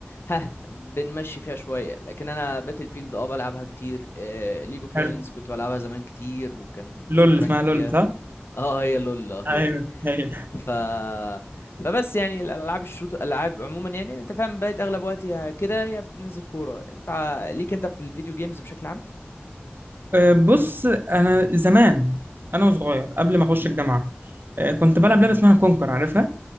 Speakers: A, on the left (about 70°); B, on the right (about 55°).
A: ها بنمشي فيها شويه لكن انا باتل فيلد اه بلعبها كتير أه ليج اوف
B: حلو
A: ليجندز كنت بلعبها زمان كتير وكان وصلت
B: لول اسمها
A: رانك فيها
B: لول صح
A: اه هي لول اه هي
B: ايوه
A: دي
B: هي
A: ف فبس يعني الالعاب الشوت الالعاب عموما يعني انت فاهم بقيت اغلب وقتي يا كده يا بننزل كوره انت ع- ليك انت في الفيديو جيمز بشكل عام
B: آه، بص انا زمان انا وصغير قبل ما اخش
A: مم.
B: الجامعه آه، كنت بلعب لعبه اسمها كونكر عارفها